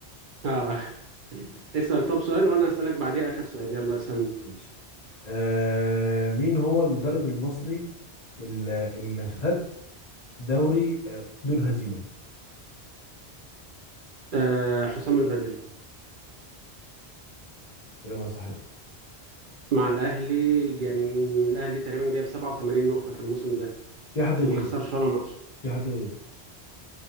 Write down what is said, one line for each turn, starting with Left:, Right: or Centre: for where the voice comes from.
Right: اه <laughs> اسأل طب سؤال وانا اسألك بعديها اخر سؤال يلا اسألني
Left: ماشي آه مين هو المدرب المصري اللي, اللي خد دوري آه، بدون هزيمة
Right: آه، حسام البدري
Left: إجابة صحيحة
Right: مع الأهلي كان الأهلي تقريبا جايب 87 نقطة في الموسم ده
Left: في حد غيره
Right: ما خسرش ولا ماتش
Left: في حد غيره